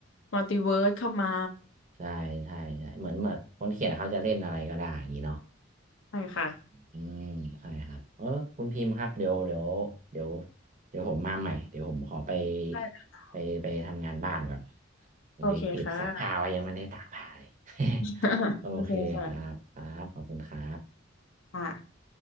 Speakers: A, on the left (about 75°); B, on the right (about 40°).
A: มัลติเวิร์สเข้ามา
B: ใช่ใช่ใช่เหมือนแบบคนเขียนเขาจะเล่นอะไรก็ได้อย่างนี้เนาะ
A: ใช่ค่ะ
B: อืมใช่ครับเออคุณพิมพ์ครับเดี๋ยวเดี๋ยวเดี๋ยวเดี๋ยวผมมาใหม่เดี๋ยวผมขอไป
A: ใชค่ะ
B: ไปไปทำงานบ้านก่อนวันนี้ติดซักผ้าไว้ยังไม่ได้ตากผ้าเลย
A: โอเคค่ะ <laughs>
B: <laughs> โอเคครับครับขอบคุณครับ
A: โอเคค่ะอ่า